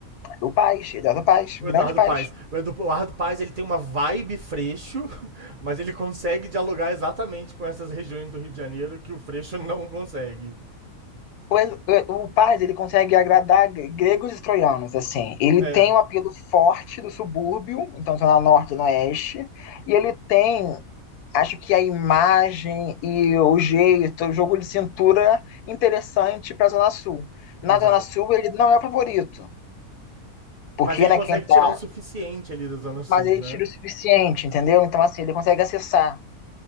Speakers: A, on the left; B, on the right.
A: O Paz, ele é do Paz,
B: O
A: grande
B: Eduardo
A: Paz.
B: Paes. O Edu- o Eduardo Paes ele tem uma vibe freixo, <laughs> mas ele consegue dialogar exatamente com essas regiões do Rio de Janeiro que o freixo não consegue.
A: O, o, o Paz, ele consegue agradar gregos e troianos, assim. Ele
B: É,
A: tem um apelo forte do subúrbio, então Zona Norte, Zona Oeste, e ele tem Acho que a imagem e o jeito, o jogo de cintura interessante para a Zona Sul. Na
B: exato.
A: Zona Sul, ele não é o favorito, porque
B: Mas ele
A: né,
B: consegue
A: quem tá.
B: tirar o suficiente ali da Zona Sul,
A: Mas ele
B: né?
A: tira o suficiente, entendeu? Então, assim, ele consegue acessar.